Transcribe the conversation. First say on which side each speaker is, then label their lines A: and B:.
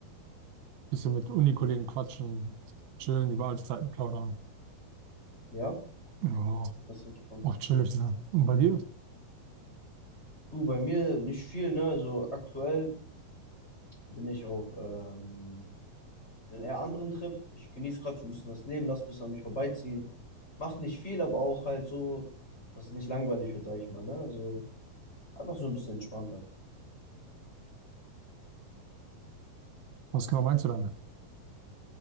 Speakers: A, on the right; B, on the left.
A: bisschen mit Unikollegen quatschen, chillen, über alte Zeiten plaudern.
B: Ja,
A: Ja,
B: das ist entspannt.
A: auch chillig, ne? Und bei dir?
B: Du, bei mir nicht viel, ne? Also aktuell bin ich auf ähm, einem eher anderen Trip. Ich genieße gerade so ein bisschen das Leben, lass ein bisschen an mich vorbeiziehen. Macht nicht viel, aber auch halt so, dass es nicht langweilig wird, sag ich mal, ne? Also einfach so ein bisschen entspannter.
A: Was genau meinst du damit?